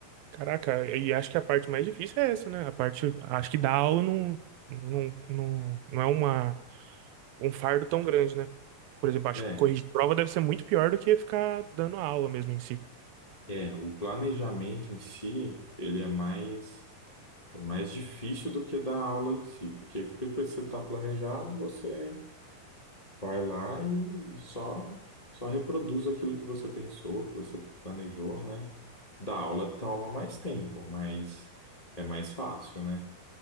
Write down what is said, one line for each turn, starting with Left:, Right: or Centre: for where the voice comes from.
Right: Caraca, e acho que a parte mais difícil é essa, né? A parte, acho que dar aula não, não, não, não é uma um fardo tão grande, né? Por exemplo, acho
Left: É,
Right: que corrigir prova deve ser muito pior do que ficar dando a aula mesmo em si.
Left: é, o planejamento em si, ele é mais É mais difícil do que dar aula em si, porque depois que você está planejado, você vai lá e só, só reproduz aquilo que você pensou, que você planejou, né? Da aula toma mais tempo, mas é mais fácil, né?